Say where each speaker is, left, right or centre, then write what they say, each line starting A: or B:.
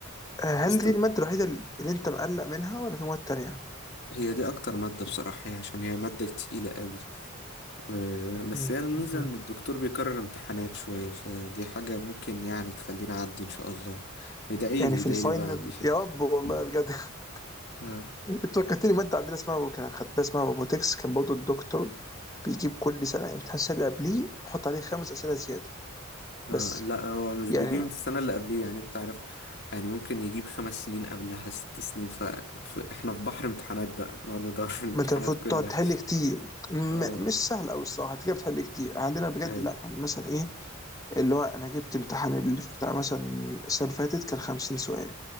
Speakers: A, on the left; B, on the left.
A: آه،
B: بست...
A: هل دي المادة الوحيدة اللي أنت مقلق منها ولا في مواد تانية؟
B: هي دي اكتر مادة بصراحة هي عشان هي مادة تقيلة قوي و... بس
A: مم.
B: هي الميزة
A: مم.
B: ان الدكتور بيكرر امتحانات شوية فدي حاجة ممكن يعني تخليني اعدي ان شاء الله ادعيلي
A: يعني في
B: ادعيلي
A: الفاينل
B: بعد شيء
A: يا رب والله
B: <laughs>
A: بجد <laughs>
B: آه.
A: أنت فكرتني مادة عندنا اسمها كان خدتها اسمها روبوتكس كان برضه الدكتور بيجيب كل سنة امتحان السنة اللي قبليه ويحط عليه خمس أسئلة زيادة
B: آه
A: بس
B: لا هو مش
A: يعني
B: بيجيب السنة اللي قبليه يعني انت عارف يعني ممكن يجيب خمس سنين قبلها ست سنين ف... ف... احنا في بحر امتحانات بقى نقعد ندور <laughs> في الامتحانات
A: ما أنت المفروض
B: كلها
A: تقعد تحل كتير م
B: اه
A: مش سهل أوي الصراحة أنت كده بتحل كتير عندنا بجد
B: هاي
A: لا كان مثلا إيه اللي هو أنا جبت امتحان اللي بتاع مثلا السنة اللي فاتت كان 50 سؤال